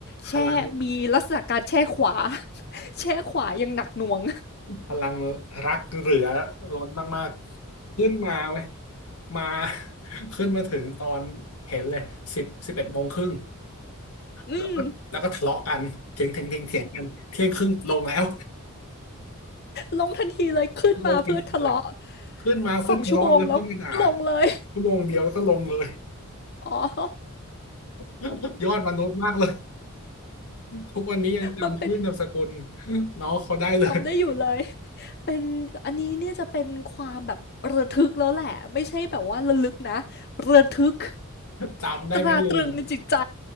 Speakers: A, on the left; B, on the left.
A: แช่มีลักษณะการแช่ขวา
B: พลัง
A: <laughs> แช่ขวายังหนักหน่วง
B: พลังรักเหลือล้นมากๆขึ้นมาเว้ยมา <laughs> ขึ้นมาถึงตอนเห็นเลยสิบสิบเอ็ดโมงครึ่ง
A: อืม
B: แล้วก็แล้วก็ทะเลาะกันเถียงเถียงเถียงเถียงกันเที่ยงครึ่งลงแล้ว
A: ลงทันทีเลยขึ้นมาเพื่อทะเลาะ
B: <laughs> ลงทันทีเลยขึ้นมาเพื่อทะเลาะแล้วขึ้นมาด่า
A: สองชั่วโมงแล้วลงเลย
B: ชั่วโมงเดียวแล้วก็ลงเลย
A: อ๋อ <laughs>
B: <laughs> ยอดมนุษย์มากเลยทุกวันนี้ยังจำชื่อนามสกุล
A: มันเป็น
B: น้องเขาได้เลย
A: จำได้อยู่เลยเป็นอันนี้เนี่ยจะเป็นความแบบระทึกแล้วแหละไม่ใช่แบบว่าระลึกนะระทึก
B: จำได้ไม่ลืม
A: ตราตรึงในจิตใจ